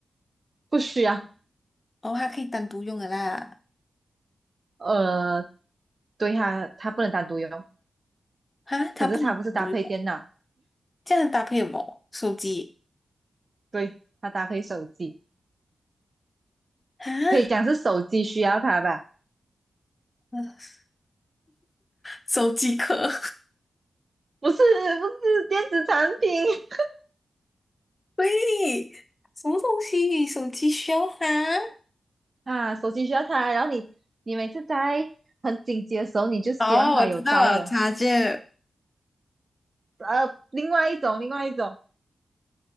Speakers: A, on the right; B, on the left.
A: 不需要。
B: 哦，它可以单独用的啦，
A: 呃，对它它不能单独用，
B: 啊，它不能单独用，
A: 可是它不是搭配电脑，
B: 这样搭配什么？手机
A: 对，它搭配手机，
B: 啊，
A: 可以讲是手机需要它吧？
B: <laughs> 手机壳。
A: 不是，不是电子产品。
B: 喂，什么东西？手机需要它？
A: 啊，手机需要插，然后你你每次在很紧急的时候，你就希望它有在了。
B: 哦，我知道了，插件。
A: 呃，另外一种，另外一种，